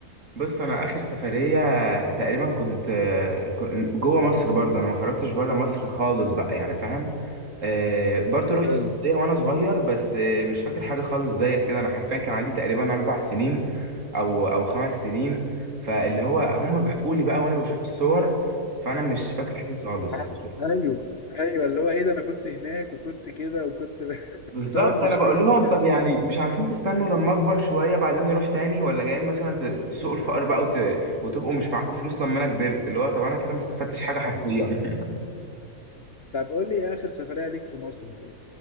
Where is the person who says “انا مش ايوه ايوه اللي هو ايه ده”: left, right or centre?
Left